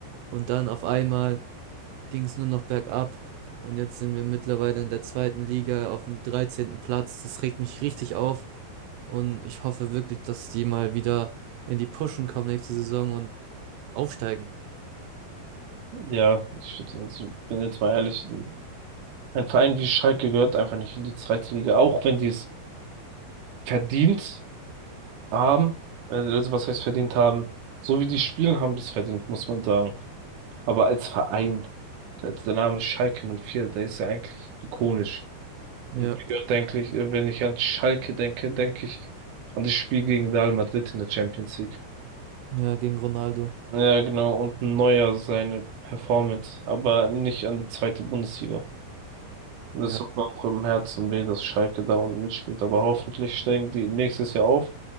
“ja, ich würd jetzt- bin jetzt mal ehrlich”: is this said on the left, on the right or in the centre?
Right